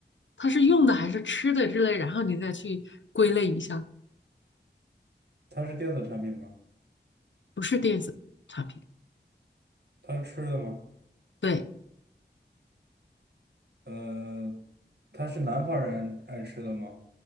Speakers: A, on the left; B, on the right.
A: 它是用的还是吃的之类，然后你再去归类一下，
B: 它是电子产品吗？
A: 不是电子产品。
B: 它是吃的吗？
A: 对，
B: 呃，它是南方人爱吃的吗？